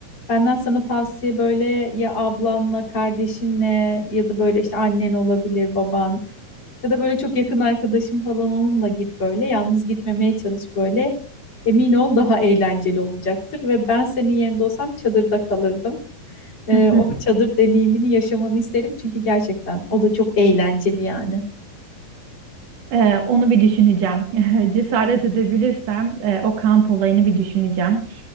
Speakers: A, on the left (about 30°); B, on the right (about 55°).
A: benden sana tavsiye böyle ya ablanla kardeşinle ya da böyle işte annen olabilir baban Ya da böyle çok yakın arkadaşım falan onunla git böyle. Yalnız gitmemeye çalış böyle. Emin ol daha eğlenceli olacaktır. Ve ben senin yerinde olsam çadırda kalırdım. Ee,
B: <laughs>
A: o çadır deneyimini yaşamanı isterim. Çünkü gerçekten o da çok eğlenceli yani.
B: E, onu bir düşüneceğim. <laughs> Cesaret edebilirsem e, o kamp olayını bir düşüneceğim.